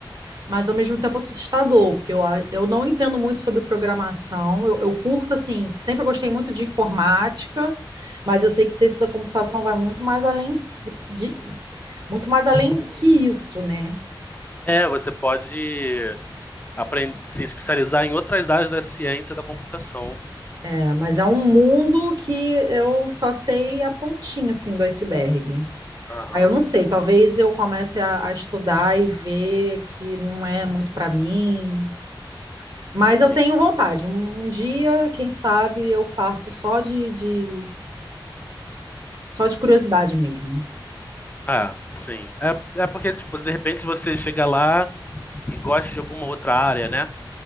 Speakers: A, on the right; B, on the left.
A: mas ao mesmo tempo assustador, porque eu, a- eu não entendo muito sobre programação. Eu, eu curto, assim, sempre gostei muito de informática, mas eu sei que ciência da computação vai muito mais além do- de, muito mais além que isso, né?
B: É, você pode aprender, se especializar em outras áreas da ciência da computação.
A: É, Mas é um mundo que eu só sei a pontinha, assim, do iceberg.
B: Aham,
A: Aí eu não sei, talvez eu comece a, a estudar e ver que não é muito para mim. Mas
B: sim.
A: eu tenho vontade. Um, um dia, quem sabe, eu faço só de, de- só de curiosidade mesmo.
B: Ah, sim. É, é porque, tipo, de repente você chega lá e gosta de alguma outra área, né?